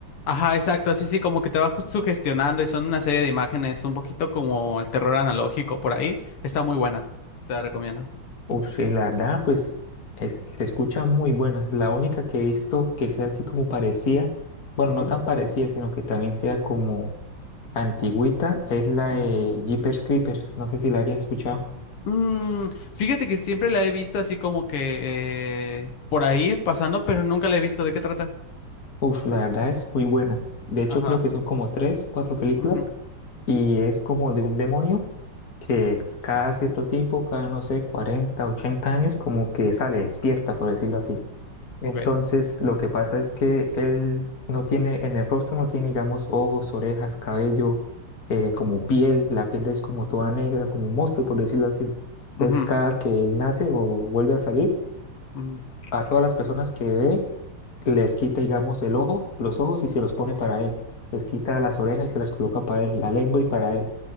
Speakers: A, on the left; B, on the left.
A: Ajá, exacto, sí, sí, como que te va ju- sugestionando y son una serie de imágenes, un poquito como el terror analógico por ahí, está muy buena, te la recomiendo.
B: Uf, sí, la verdad, pues es- se escucha muy buena. La única que he visto que sea así como parecía, bueno,
A: Ujú,
B: no tan parecida, sino que también sea como antigüita, es la
A: ujú.
B: de Jeepers Creepers. No sé si la hayas escuchado.
A: Mm, fíjate que siempre la he visto así como que eh, por ahí pasando, pero nunca la he visto. ¿De qué trata?
B: Uf, la verdad es muy buena. De hecho,
A: Ajá.
B: creo que son como tres, cuatro películas
A: ujú,
B: y es como de un demonio que es cada cierto tiempo, cada no sé, 40 80 años, como que sale, despierta, por decirlo así. Entonces,
A: Ok.
B: lo que pasa es que él no tiene, en el rostro no tiene, digamos, ojos, orejas, cabello, eh, como piel, la piel es como toda negra, como un monstruo, por decirlo así. Entonces,
A: Ujú,
B: cada que él nace o vuelve a salir,
A: ujú,
B: a todas las personas que ve, les quita, digamos, el ojo, los ojos y se los pone para él. Les quita las orejas y se las coloca para él, la lengua y para él.